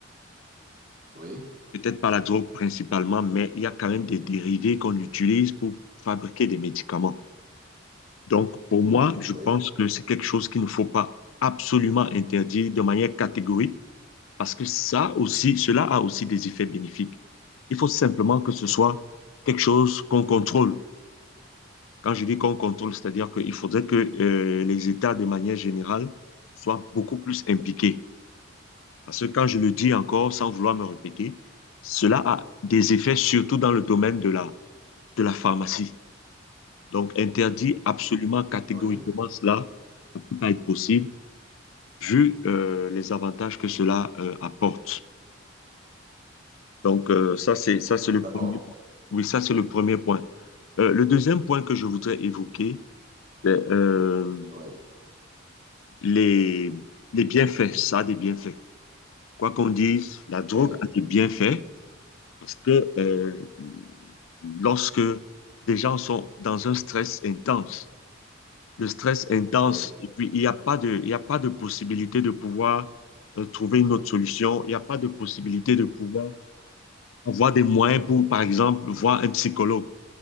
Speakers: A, on the right (about 40°); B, on the left (about 80°).
A: Oui,
B: Peut-être pas la drogue principalement, mais il y a quand même des dérivés qu'on utilise pour fabriquer des médicaments. Donc, pour moi, je
A: oui,
B: pense que c'est quelque chose qu'il ne faut pas absolument interdire de manière catégorique, parce que ça aussi, cela a aussi des effets bénéfiques. Il faut simplement que ce soit quelque chose qu'on contrôle. Quand je dis qu'on contrôle, c'est-à-dire qu'il faudrait que euh, les États, de manière générale, soient beaucoup plus impliqués. Parce que quand je le dis encore, sans vouloir me répéter, cela a des effets surtout dans le domaine de la, de la pharmacie. Donc, interdit absolument catégoriquement
A: oui.
B: cela, ça ne peut pas être possible, vu euh, les avantages que cela euh, apporte. Donc, euh, ça, c'est, ça, c'est
A: Hum,
B: le
A: D'accord.
B: premier point. Oui, ça, c'est le premier point. Euh, le deuxième point que je voudrais évoquer, c'est euh,
A: Oui.
B: les, les bienfaits. Ça a des bienfaits. Quoi qu'on dise, la
A: OK.
B: drogue a des bienfaits Parce que euh, lorsque des gens sont dans un stress intense, le stress intense,
A: Oui,
B: et puis il n'y a pas de, il y a pas de possibilité de pouvoir euh, trouver une autre solution, il n'y a pas de possibilité de pouvoir avoir des moyens pour, par exemple, voir un psychologue.